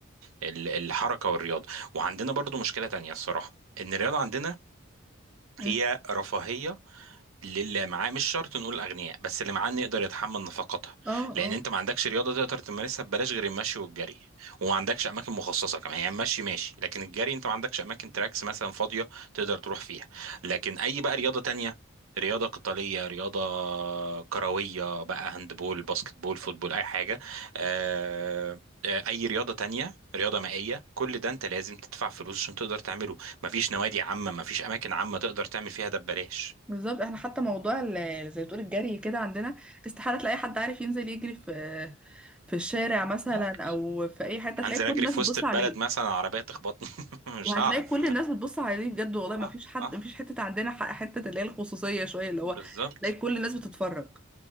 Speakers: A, on the right; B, in the centre.
A: ال- الحركة والرياضة وعندنا برضو مشكلة تانية الصراحة ان الرياضه عندنا
B: مم.
A: هي رفاهية للي معاه مش شرط نقول الاغنياء بس اللي معاه إنه يقدر يتحمل نفقاتها
B: اه
A: لان
B: اه
A: انت ما عندكش رياضه تقدر تمارسها ببلاش غير المشي والجري وما عندكش اماكن مخصصه كمان يعني المشي ماشي لكن الجري انت ما عندكش اماكن تراكس مثلا فاضيه تقدر تروح فيها لكن اي بقى رياضه تانية رياضة قتالية رياضة كروية بقى هاندبول باسكتبول فوتبول أي حاجة آه، آه، أي رياضة تانية رياضة مائية كل ده أنت لازم تدفع فلوس عشان تقدر تعمله مفيش نوادي عامة مفيش أماكن عامة تقدر تعمل فيها ده ببلاش
B: بالظبط احنا حتى موضوع ال- زي بتقول الجري كده عندنا استحاله تلاقي حد عارف ينزل يجري في في الشارع مثلا
A: بالظبط
B: او في اي حته
A: هنزل
B: تلاقي كل
A: اجري
B: الناس
A: في
B: بتبص
A: وسط البلد
B: عليه
A: مثلا عربيه تخبطني <laughs> مش
B: وهتلاقي
A: هعرف
B: كل الناس بتبص عليه بجد والله ما
A: صح
B: فيش حد
A: صح
B: ما فيش حته عندنا ح- حته اللي هي الخصوصيه شويه اللي هو
A: بالظبط
B: تلاقي كل الناس بتتفرج